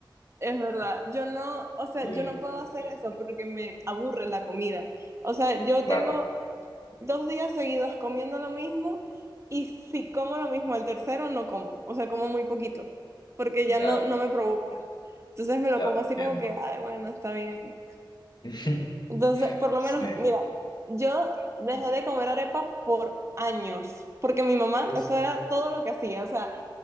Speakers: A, on the right (about 35°); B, on the left (about 55°).
A: Es verdad. Yo no, o sea,
B: Sí,
A: yo no puedo hacer eso porque me aburre la comida. O sea, yo
B: claro,
A: tengo dos días seguidos comiendo lo mismo y si como lo mismo el tercero, no como. O sea, como muy poquito porque ya
B: ya,
A: no, no me provoca. Entonces me lo
B: ya
A: como
B: te
A: así como
B: entiendo.
A: que, ay, bueno, está bien.
B: <laughs>
A: Entonces, por lo
B: Sí.
A: menos, mira, yo dejé de comer arepa por años, porque mi mamá,
B: Y <laughs>
A: eso era todo lo que hacía, o sea,